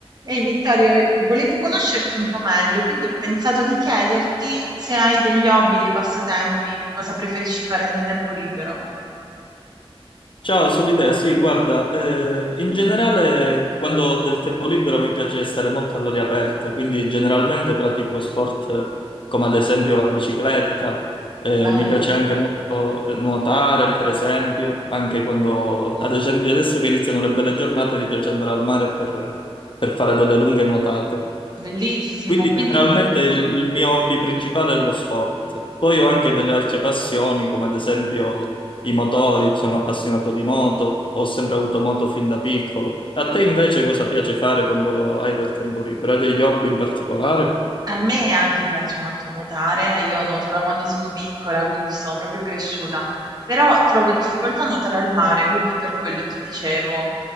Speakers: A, on the right (about 40°); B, on the left (about 55°).
A: Ehi Vittorio, volevo conoscerti un po' meglio, quindi ho pensato di chiederti se hai degli hobby, dei passatempi, cosa preferisci fare nel tempo libero.
B: Ciao, sono l'idea. Sì, guarda, eh, in generale quando ho del tempo libero mi piace stare molto all'aria aperta, quindi generalmente pratico sport come ad esempio la bicicletta, eh,
A: Bello,
B: mi piace anche molto eh, nuotare, per esempio, anche quando, ad esempio adesso che iniziano le belle giornate, mi piace andare al mare per, per fare delle lunghe nuotate.
A: bellissimo.
B: Quindi
A: Quindi
B: generalmente il il mio hobby principale è lo sport. Poi ho anche delle altre passioni, come ad esempio i motori, sono appassionato di moto, ho sempre avuto moto fin da piccolo. A te invece cosa piace fare quando hai del tempo libero? Hai degli hobby in particolare?
A: a me anche piace molto nuotare, io nuoto da quando sono piccola, quindi ci sono proprio cresciuta, però trovo difficoltà a nuotare al mare, quindi per quello ti dicevo,